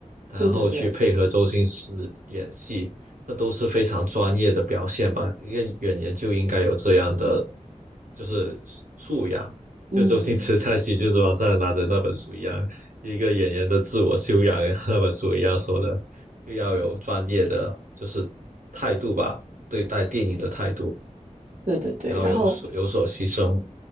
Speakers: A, on the right (about 85°); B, on the right (about 60°).
A: 然后去配合周星驰演戏，
B: 对对对，
A: 那都是非常专业的表现吧。一个演员就应该有这样的就是素养，
B: 嗯，
A: 就周星驰在喜就是王上拿着那本书一样，一个演员的自我修养那本书一样说的，又要有专业的就是态度吧。对待电影的态度，
B: 对对对，
A: 然后有所有所牺牲。
B: 然后。